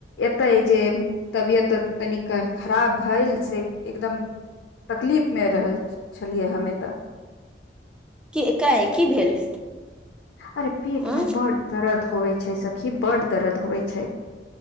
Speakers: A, on the left; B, in the centre.
A: एतै जे तबियत तनिक खराब भ‌इल से एकदम तकलीफ मे रहल छलियै हमे तऽ
B: कि एकाएक की भेल
A: अरे पेट
B: आँ
A: में बड दर्द होवे छै सखी बड दर्द होवे छै